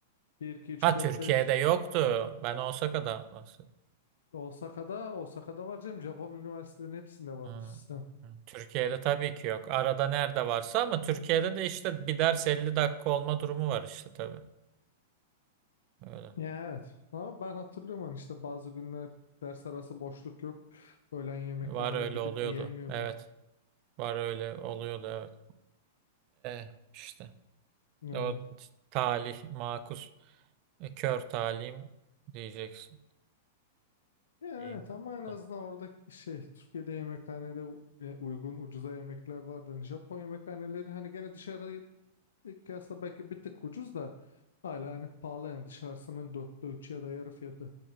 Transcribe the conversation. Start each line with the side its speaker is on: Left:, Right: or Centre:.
Left: bir 2 3
Right: Ha
Left: 4
Right: Türkiye'de
Left: beş
Right: yoktu. Ben Osaka'dan bahsediyorum.
Left: Osaka'da Osaka'da var canım. Japon üniversitelerinin hepsinde var
Right: Hmm.
Left: bu sistem.
Right: Türkiye'de tabii ki yok. Arada nerede varsa ama Türkiye'de de işte bir ders 50 dakika olma durumu var işte tabii. Öyle.
Left: Ya evet. Ama ben hatırlıyorum hani işte bazı günler ders arası boşluk yok. Öğlen yemekhaneye
Right: Var öyle
Left: gidip
Right: oluyordu.
Left: yiyemiyordun.
Right: Evet. Var öyle oluyordu evet. Eh, işte
Left: E,
Right: o talih makus e, kör talihim diyeceksin.
Left: Ya
Right: Değil.
Left: Evet ama en azından
Right: Tamam.
Left: orada şey Türkiye'de yemekhanede u- e, uygun ucuza yemekler vardı. Hani Japon yemekhaneleri hani gene dışarıya kıyasla belki bir tık ucuz da hala hani pahalı yani dışarısının dörtte üçü ya da yarı fiyatı.